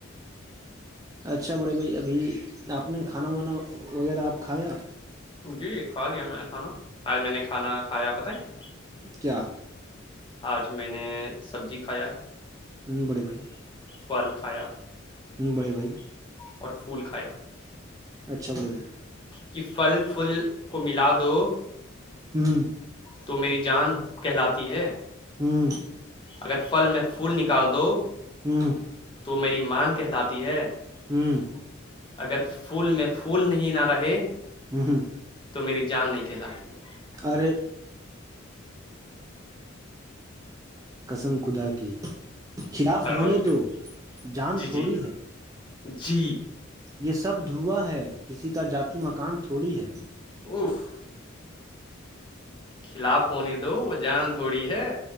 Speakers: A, on the right (about 20°); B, on the left (about 25°).
A: اچھا بڑے بھائی ابھی آپ نے کھانا وانا وغیرہ آپ کھایا
B: جی کھا لیا میں نے کھانا آج میں نے کھانا کھایا بت ہے کیا
A: کیا
B: آج میں نے سبزی کھایا
A: ہوں بڑی بائی
B: پھل کھایا
A: بڑے بھائی
B: اور پھول کھایا
A: اچھا بڑے بھائی
B: کہ پھل پھل کو ملا دو
A: ہوں
B: تو میری جان کہلاتی ہے
A: ہوں
B: اگر پھل میں پھول نکال دو
A: ہوں
B: تو میری مان کہلاتی ہے
A: ہوں
B: اگر پھول میں پھول نہیں نہ رہے
A: ہوں ہوں
B: تو میری جان نہیں کہلاتی ہے
A: ارے قسم خدا کی خلاف
B: تڑوس
A: ہونے
B: گ
A: دو جان
B: جی
A: تھوڑی
B: جی
A: ہے
B: جی
A: یہ سب دھواں ہے کسی کا جات مکان تھوڑی ہے
B: اف خلاف ہونے دو وہ جان تھوڑی ہے